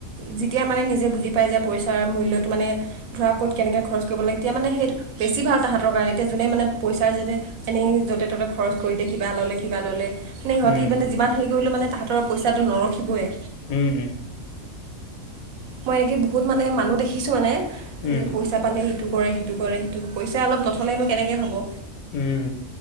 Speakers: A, on the right; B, on the left.
A: যেতিয়া মানে নিজে বুজি পায় যে পইচাৰ মূল্যটো মানে ধৰা ক'ত কেনেকে খৰচ কৰিব লাগে তেতিয়া মানে সেইটো বেছি ভাল তাহাঁতৰ কাৰণে এতিয়া যোনেই মানে পইচা যাতে এনেই য'তে ত'তে খৰচ কৰি দিয়ে কিবা ল'লে কিবা ল'লে মানে ইহঁতি
B: উম
A: মানে যিমান হেৰি কৰিলোঁ মানে তাহাঁতৰ পইচাটো নৰখিবই
B: উম উম।
A: মই এনেকে বহুত মানে মানুহ দেখিছোঁ মানে
B: উম
A: পইচা পালে ইটো কৰে সেইটো কৰে সেইটো পইচা অলপ নথলেনো কেনেকে হ'ব।
B: উম,